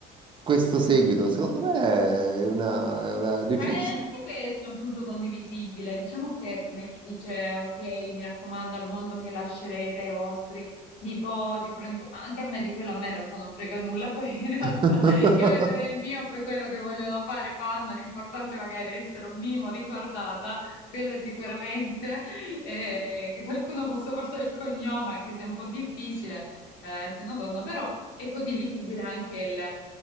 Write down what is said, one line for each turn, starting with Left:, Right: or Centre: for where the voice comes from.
Right: questo seguito. Secondo me è una, è una riflessione.
Left: Eh, anche questo è un punto condivisibile. Diciamo che, è come chi dice, ok, mi raccomando al mondo che lascerete ai vostri nipoti, pronipoti. Ah, Anche a me di quello, a me in realtà non frega nulla, <laughs> poi in realtà
Right: <laughs>
Left: io vedo nel mio, poi quello che vogliono fare fanno, l'importante è magari essere un minimo ricordata, quello sicuramente, eh, che qualcuno possa portare il cognome, anche se è un po' difficile, eh, se no donna, però è condivisibile anche il